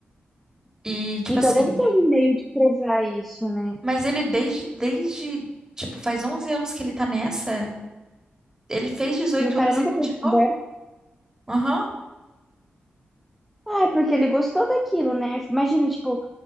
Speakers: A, on the right (about 15°); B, in the centre.
A: e tipo
B: Então
A: assim.
B: deve ter algum meio de provar isso, né?
A: Mas ele desde, desde, tipo, faz 11 anos que ele tá nessa. Ele fez 18
B: E o cara
A: anos
B: nunca
A: e continuou?
B: foi descoberto.
A: Aham.
B: Ah, é porque ele gostou daquilo, né? Imagina, tipo,